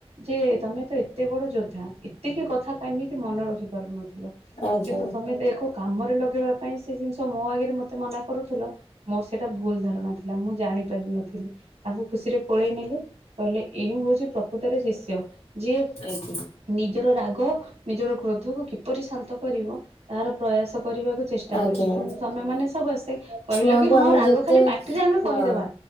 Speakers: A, on the right (about 90°); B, on the left (about 90°).
A: ଯେ ତୋମେ ତ ଏ ତେ ବଡ ଯୋଦ୍ଧା ଏତିକି କଥା କେମିତି ମନେ ରଖି ପାରୁନଥିଲ।
B: ଆଜ୍ଞା
A: କିନ୍ତୁ ତୋମେ ଦେ ଏକୁ କାମରେ ଲଗେଇବା ପାଇଁ ସେ ଜିନିଷ ମୋ ଆଗରେ ମୋତେ ମନା କରୁଥିଲ। ମୋର ସେଇଟା ଭୁଲ ଧାରଣା ଥିଲା, ମୁଁ ଜାଣି ପାରିନଥିଲି। ତାଙ୍କୁ ଖୁସିରେ କୋଳେଇ ନେଲେ। କହିଲେ ଏହି ହଉଛି ପ୍ରକୃତରେ ଶିଷ୍ୟ। ଯିଏ
B: ଆଜ୍ଞା
A: ନିଜର ରାଗ ନିଜର କ୍ରୋଧକୁ କିପରି ଶାନ୍ତ କରିବ ତାର ପ୍ରୟାସ କରିବାକୁ ଚେଷ୍ଟା କରିଛି।
B: ଆଜ୍ଞା
A: କିନ୍ତୁ ତୋମେ ମାନେ ସବୁ ଆସି କହିଲ
B: ଛୁଆଙ୍କୁ
A: କି ହଁ
B: ଆମେ
A: ରାଗ
B: ଯେତେ
A: ଖାଲି ପା ଟ୍ରିଏ ଆମେ
B: ହଁ
A: କହିଦେବା